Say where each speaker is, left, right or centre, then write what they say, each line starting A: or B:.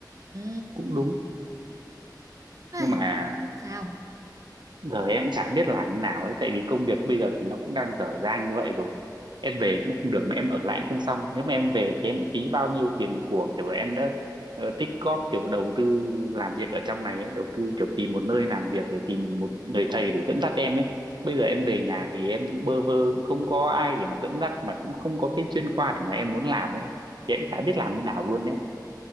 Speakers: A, on the right (about 45°); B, on the right (about 90°).
A: Ừ.
B: cũng đúng.
A: Ai,
B: Nhưng mà
A: sao
B: giờ em cũng chả biết làm thế nào ấy tại vì công việc bây giờ thì nó cũng đang dở dang như vậy rồi em về cũng không được mà em ở lại cũng không xong nếu mà em về thì em phí bao nhiêu tiền của kiểu em đã ờ, tích góp kiểu đầu tư làm việc ở trong này ấy đầu tư kiểu tìm một nơi làm việc để tìm một người thầy để dẫn dắt em ấy bây giờ em về nhà thì em cũng bơ vơ cũng không có ai để mà dẫn dắt mà cũng không có cái chuyên khoa để mà em muốn làm ấy thì em chả biết làm như nào luôn đấy